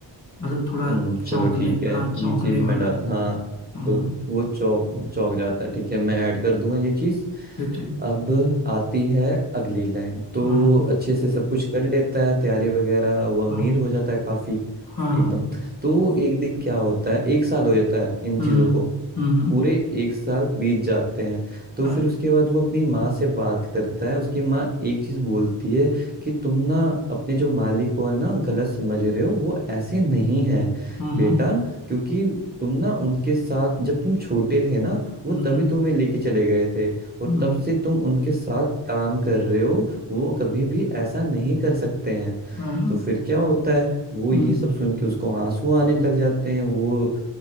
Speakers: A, on the left; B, on the right.
A: मतलब थोड़ा
B: हम्म चलो
A: चौंकने
B: ठीक है
A: हाँ चौंकने
B: ये चीज
A: वाला
B: मैं डा हाँ
A: हाँ
B: तो
A: हाँ
B: वो चौक चौक जाता है ठीक है मैं ऐड कर दूंगा ये चीज
A: ठीक ठीक
B: अब आती है अगली लाइन तो
A: हाँ हाँ
B: अच्छे से सब कुछ कर लेता है तैयारी वगैरह वो अमीर
A: हाँ
B: हो जाता है काफी
A: हाँ
B: एकदम
A: हाँ
B: तो एक दिन क्या होता है एक साल हो जाता है इन
A: हम्म
B: चीजों
A: हम्म
B: को
A: हम्म, हम्म,
B: पूरे एक साल बीत जाते हैं तो
A: हाँ
B: फिर उसके बाद वो अपनी माँ से बात करता है उसकी माँ एक चीज बोलती है कि तुम ना अपने जो मालिक को है ना गलत समझ रहे हो वो ऐसे नहीं है
A: हम्म
B: बेटा
A: हम्म
B: क्योंकि तुम ना उनके साथ जब तुम छोटे थे ना वो
A: हम्म
B: तभी
A: हम्म,
B: तुम्हें लेके चले गए थे और
A: हम्म,
B: तब से तुम उनके साथ काम कर रहे हो वो कभी भी ऐसा नहीं कर सकते हैं
A: हाँ हाँ
B: तो फिर क्या होता है वो
A: हम्म
B: ये
A: हम्म
B: सब सुन के उसको आंसू आने लग जाते हैं वो